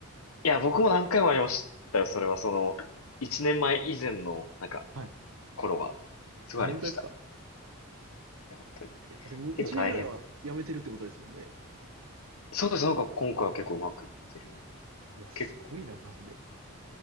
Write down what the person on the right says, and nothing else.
はい。
あ、本当ですか
いや、でも1年ぐらいはやめてるってことですもんね。
いや、すごいな、
マジで。